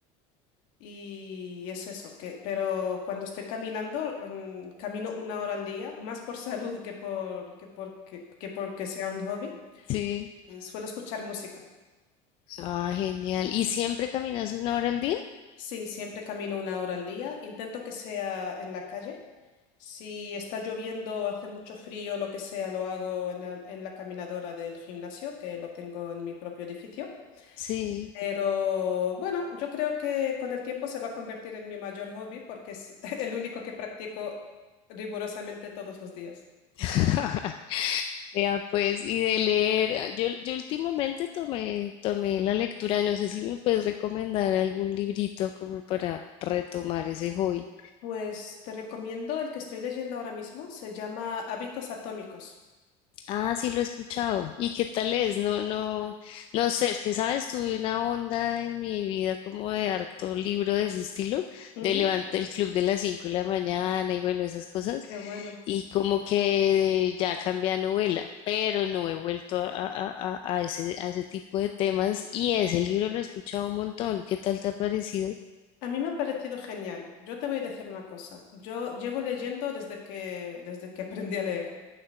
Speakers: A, on the left (about 60°); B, on the left (about 35°).
A: Y es eso, que, pero cuando estoy caminando, mm, camino una hora al día, más por <laughs> salud que por, que por, que, que porque sea un hobby.
B: sí.
A: Eh, Suelo escuchar música.
B: Ah, genial. ¿Y siempre caminas una hora al día?
A: Sí, siempre camino una hora al día. Intento que sea en la calle. Si está lloviendo, hace mucho frío, lo que sea, lo hago en la, en la caminadora del gimnasio, que lo tengo en mi propio edificio.
B: Sí.
A: Pero bueno, yo creo que con el tiempo se va a convertir en mi mayor hobby porque es <laughs> el único que practico rigurosamente todos los días.
B: <laughs> Vea, pues, y de leer, ah, yo, yo últimamente tomé, tomé la lectura, no sé si me puedes recomendar algún librito como para retomar ese hobby.
A: Pues te recomiendo el que estoy leyendo ahora mismo, se llama Hábitos Atómicos.
B: Ah, sí, lo he escuchado. ¿Y qué tal es? No, no, no sé, es que, sabes, tuve una onda en mi vida como de harto libro de ese estilo,
A: Ujú.
B: de levantar el club de las 5 de la mañana y bueno, esas cosas,
A: Ah, qué bueno.
B: y como que ya cambié a novela, pero no he vuelto a, a, a, a ese, a ese tipo de temas y ese libro lo he escuchado un montón. ¿Qué tal te ha parecido?
A: A mí me ha parecido genial. Yo te voy a decir una cosa. Yo llevo leyendo desde que, desde que aprendí a leer.